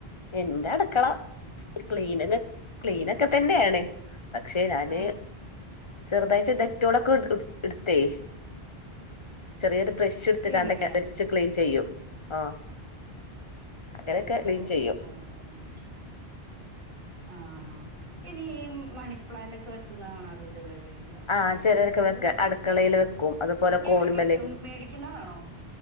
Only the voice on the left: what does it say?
എന്റെ അട്ക്കള ക്ലീന് ക്ലീനൊക്കെ തന്നെയാണ് പക്ഷെ ഞാന്
ചെറുതാഴ്റ്റ് ഡെറ്റോളൊക്കെ എട്ത്തേ ചെറിയൊരു ബ്രഷ് എടുത്ത്
കാണ്ടൊക്കെ ഒരച്ച് ക്ലീൻ ചെയ്യൂം ആഹ് അങ്ങനെയൊക്കെ
ക്ലീൻ
ചെയ്യും
ആഹ് ചിലരൊക്കെ
വെക്ക അടുക്കളയിൽ വെക്കും അതുപോലെ
കോണിമ്മല്